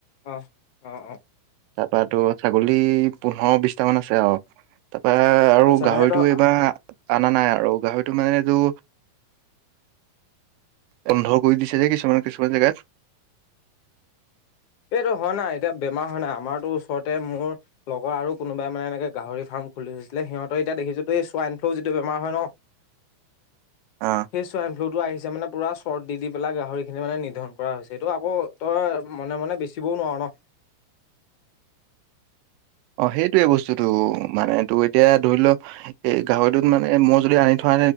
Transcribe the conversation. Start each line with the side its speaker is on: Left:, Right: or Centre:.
Left: অহ অহ অহ
Right: তাপা তোৰ ছাগলী পোন্ধৰ বিশটামান আছে আৰু তাপ পা আৰু
Left: আচ্ছা
Right: গাহৰিটো
Left: মানে তই
Right: এইবাৰ অনা নাই আৰু গাহৰিটো মানে তোৰ বন্ধ কৰি দিছে যে কিছুমান কিছুমান জেগাত
Left: এইটো হয় না এতিয়া বেমাৰ হয় না আমাৰতো ওচৰতে মোৰ লগৰ আৰু কোনোবাই মানে এনেকে গাহৰি ফাৰ্ম খুলিছিলে সিহঁতে এতিয়া দেখিছো এই চোৱাইন ফ্লু যিটো বেমাৰ হয় ন
Right: <inaudible> অ
Left: সেই চুৱাইন ফ্লু টো আহিছ যে মানে পুৰা চৰ্ট দি দি পেলাই গাহৰি খিনি মানে নিৰ্ধন কৰা হৈছে এইটো আকৌ তই মনে মনে বেছিবও নোৱাৰ ন
Right: অ সেইটোয়ে বস্তুটো মানে তোৰ এতিয়া ধৰি লও এ গাহৰিটোত মানে মই যদি আনি থোৱা